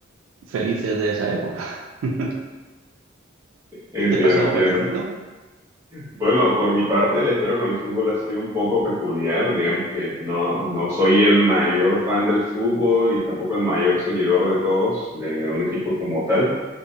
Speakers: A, on the right (about 85°); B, on the right (about 15°).
A: felices de esa época. <laughs>
B: entiendo,
A: ¿Te ha pasado
B: entiendo.
A: parecido?
B: Bueno, por mi parte, la historia con el fútbol ha sido un poco peculiar. Digamos que no, no soy el mayor fan del fútbol y tampoco el mayor seguidor de todos, de un equipo como tal.